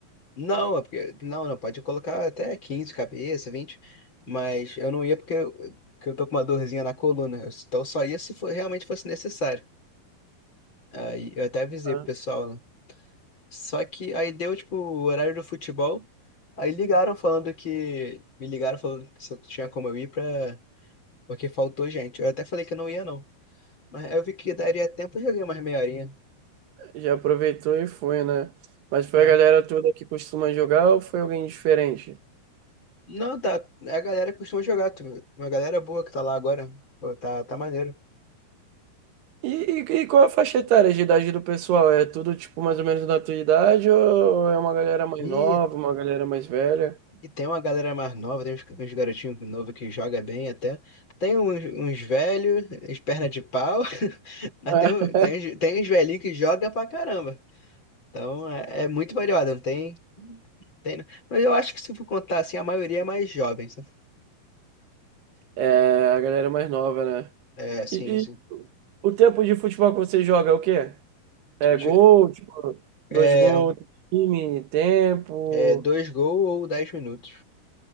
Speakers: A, on the left; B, on the right.
A: Não, é porque, não, não, pode colocar até 15 cabeça, 20, mas eu não ia porque eu, porque eu tô com uma dorzinha na coluna, então eu só ia se for, realmente fosse necessário. Aí eu até avisei
B: Ah.
A: pro pessoal, né? Só que aí deu, tipo, o horário do futebol, aí ligaram falando que, me ligaram falando que se eu tinha como eu ir pra Porque faltou gente. Eu até falei que não ia, não. Mas aí eu vi que daria tempo, eu joguei mais meia horinha.
B: Já aproveitou e foi, né? Mas foi
A: É.
B: a galera toda que costuma jogar ou foi alguém diferente?
A: Não, tá. é A galera costuma jogar. tu- Uma galera boa que tá lá agora. Pô, tá, tá maneiro.
B: E, e, e qual é a faixa etária de idade do pessoal? É tudo, tipo, mais ou menos da tua idade ou é uma galera mais
A: E,
B: nova, uma galera mais velha?
A: e tem uma galera mais nova, tem uns, uns garotinhos novos que joga bem até. Tem uns, uns velhos, uns perna de pau. <laughs> Mas
B: <laughs>
A: tem, um- tem, uns- tem uns velhinhos que joga pra caramba. Então é, é muito variado, não tem, tem. Mas eu acho que se for contar assim, a maioria é mais jovem. sabe?
B: É, a galera mais nova, né?
A: É, assim,
B: E,
A: assim,
B: e o tempo de futebol que você joga é o quê? É
A: tu-
B: gol, tipo,
A: é.
B: dois gols, time, tempo.
A: É, dois gols ou dez minutos.